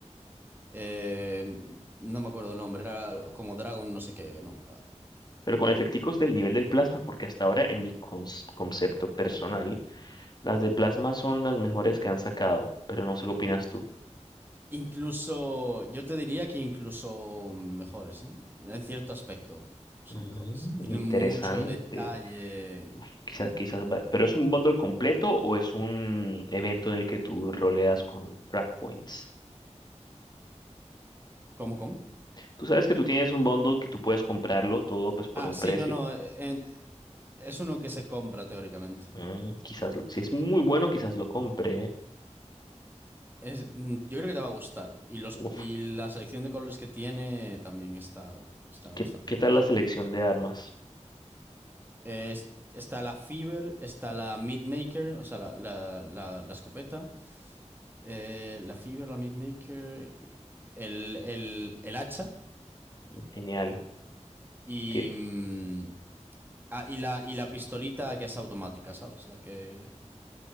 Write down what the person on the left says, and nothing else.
Pero con efecticos del nivel del plasma, porque hasta ahora en mi cons- concepto personal Las de plasma son las mejores que han sacado, pero no sé qué opinas tú.
Ujú,
interesante.
Quizás, quizás, va- pero ¿es un bundle completo o es un evento en el que tú roleas con frag points?
Tú sabes que tú tienes un bundle que tú puedes comprarlo todo pues por
un
precio.
Mm, quizás, lo- si es muy bueno, quizás lo compre. ¿eh?
Uf,
¿qué,
qué tal la selección de armas?
Genial.
Ti-